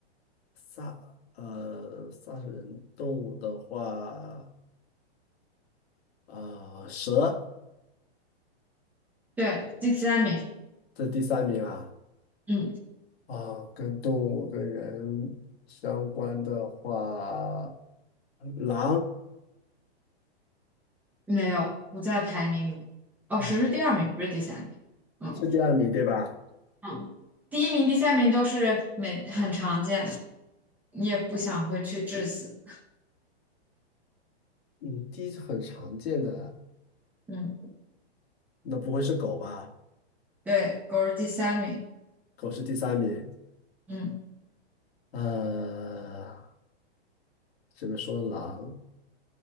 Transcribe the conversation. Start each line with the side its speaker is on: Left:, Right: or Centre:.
Left: 杀呃杀死人动物的话，啊、蛇，
Centre: 对，第三名，
Left: 这第三名啊。
Centre: 嗯，
Left: 啊，跟动物跟人相关的话，狼
Centre: 没有，不在排名里。哦，
Left: 啊
Centre: 谁是第二名，不是第三名。嗯
Left: 是第二名对吧？
Centre: 嗯，第一名、第三名都是每很常见的，你也不想会去致死。
Left: 嗯，第一是很常见的，
Centre: 嗯，
Left: 那不会是狗吧？
Centre: 对，狗是第三名。
Left: 狗是第三名。
Centre: 嗯，
Left: 呃，这边说狼？